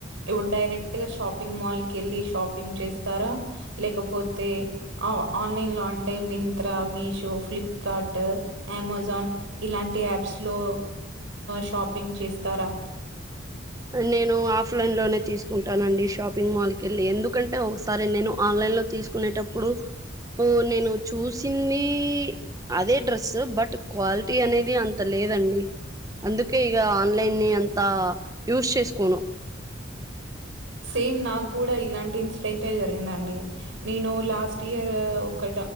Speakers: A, on the right; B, on the right.
A: ఇగ డైరెక్ట్ గా షాపింగ్ మాల్ కి వెళ్ళి షాపింగ్ చేస్తారా లేకపోతే ఆన్లైన్ లో అంటే మింత్రా మీషో ఫ్లిప్కార్ట్ అమెజాన్ ఇలాంటి యాప్స్ లో షాపింగ్ చేస్తారా
B: నేను ఆఫ్లైన్ లో నే తీసుకుంటానండి షాపింగ్ మాల్కి వెళ్ళి ఎందుకంటే ఒకసారి నేను ఆన్లైన్లో తీసుకునేటప్పుడు నేను చూసింది అదే డ్రెస్ బట్ క్వాలిటీ అనేది అంత లేద దండి అందుకే ఇక ఆన్లైన్ ని అంతా యూస్ చేసుకోను
A: సేమ్ నాకు కూడా ఇలాంటి ఇన్సిడెంట్ ఏ జరిగిందండి నేను లాస్ట్ ఇయర్ ఒక